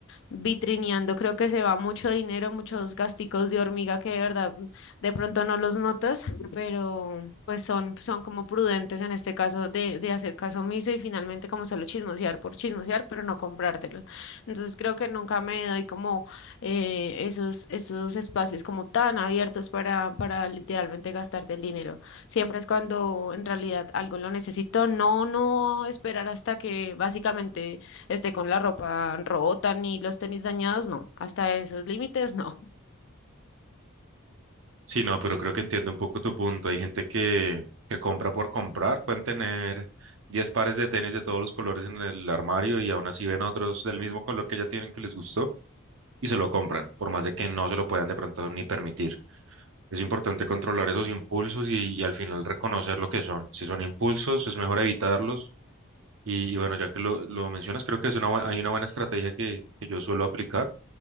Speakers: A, on the left; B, on the right.
A: vitrineando, creo que se va mucho dinero, muchos gasticos de hormiga que de verdad mm, de pronto no los notas pero pues son, son como prudentes en este caso de, de hacer caso omiso y finalmente como solo chismosear por chismosear, pero no comprártelo. Entonces creo que nunca me doy como eh, esos, esos espacios como tan abiertos para, para literalmente gastarte el dinero. Siempre es cuando en realidad algo lo necesito, no, no esperar hasta que básicamente esté con la ropa rota ni los tenis dañados, no, hasta esos límites <laughs> no.
B: Sí, no, pero creo que entiendo un poco tu punto. Hay gente que, que compra por comprar, pueden tener 10 pares de tenis de todos los colores en el armario y aún así ven otros del mismo color que ya tienen que les gustó y se lo compran, por más de que no se lo puedan de pronto ni permitir. Es importante controlar esos impulsos y, y al final reconocer lo que son. Si son impulsos, es mejor evitarlos. Y, y bueno, ya que lo, lo mencionas, creo que es una, buen- hay una buena estrategia que, que yo suelo aplicar.